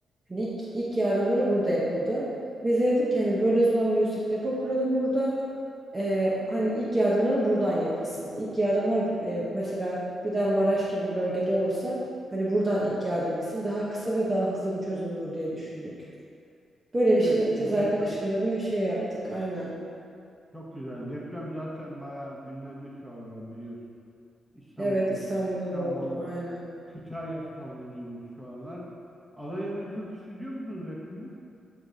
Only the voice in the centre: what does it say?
Evet
deprem
çok güzel. Deprem zaten bayağı gündemde şu aralar biliyorsun. İstanbul'da
İstanbul
Kütahya sallanıyormuş şu aralar. Alanya'dan çok hissediyor musunuz depremi?